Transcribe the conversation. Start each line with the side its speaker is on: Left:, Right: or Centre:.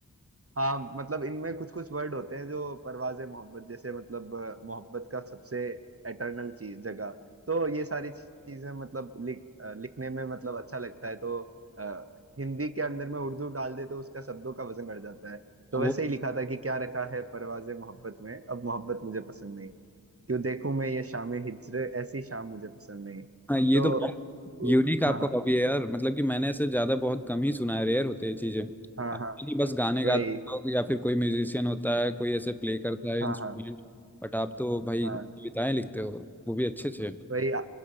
Right: हाँ मतलब इनमें कुछ कुछ वर्ड होते हैं जो परवाज़े मोहब्बत जैसे मतलब अ, मोहब्बत का सबसे एटर्नल चीज जगह तो ये सारी चीजें मतलब लिख अ, लिखने में मतलब अच्छा लगता है तो अ, हिंदी के अंदर में उर्दू डाल दे तो उसका शब्दों का वजन बढ़ जाता है तो
Centre: वो
Right: वैसे ही लिखा था कि क्या रखा है परवाज़े मोहब्बत में अब मोहब्बत मुझे पसंद नहीं क्यों देखूं मैं ये शामें हिज्र ऐसी शाम मुझे पसंद नहीं
Centre: हाँ ये
Right: तो
Centre: तो बहुत यूनिक आपका
Right: हाँ हाँ
Centre: हॉबी है यार मतलब कि मैंने ऐसे ज्यादा बहुत कम ही सुना है रेयर होते हैं चीजें
Right: हाँ
Centre: आप
Right: हाँ
Centre: ही बस गाने गाता
Right: वही
Centre: हो या फिर कोई म्यूजिशियन होता है कोई ऐसे प्ले करता है
Right: हाँ
Centre: इंस्ट्रूमेंट
Right: हाँ
Centre: बट आप तो भाई
Right: हाँ
Centre: कविताएं लिखते हो वो भी अच्छे अच्छे
Right: भाई आ-